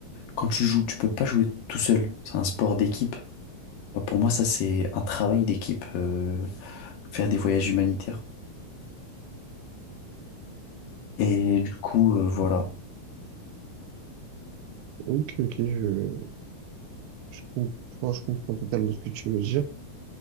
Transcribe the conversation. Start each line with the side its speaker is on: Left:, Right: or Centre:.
Left: Quand tu joues, tu peux pas jouer tout seul. C'est un sport d'équipe. Bah, pour moi, ça, c'est un travail d'équipe, euh, faire des voyages humanitaires. Et du coup, euh, voilà.
Right: Ok, ok, je, je comprends, je comprends totalement ce que tu veux dire.